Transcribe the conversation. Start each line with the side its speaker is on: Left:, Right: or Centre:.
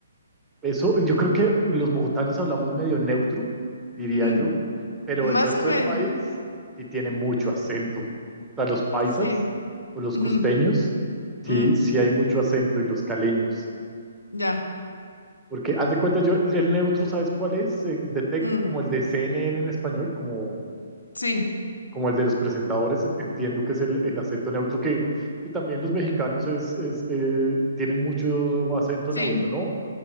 Centre: Eso, yo creo que los bogotanos hablamos medio neutro, diría
Left: Ujú.
Centre: yo, pero
Left: Más
Centre: el resto
Left: o menos,
Centre: del país sí tiene mucho acento. O sea, los paisas
Left: sí.
Centre: o los
Left: Ujú.
Centre: costeños, sí,
Left: Mm,
Centre: sí hay mucho acento y los caleños.
Left: Ya.
Centre: Porque haz de cuenta, yo el neutro, ¿sabes cuál es? Eh, detecto
Left: Mm,
Centre: como el de CNN en español, como,
Left: Sí,
Centre: como el de los presentadores, entiendo que es el, el acento neutro, que, que también los mexicanos es, es, eh, tienen mucho acento
Left: sí.
Centre: neutro, ¿no?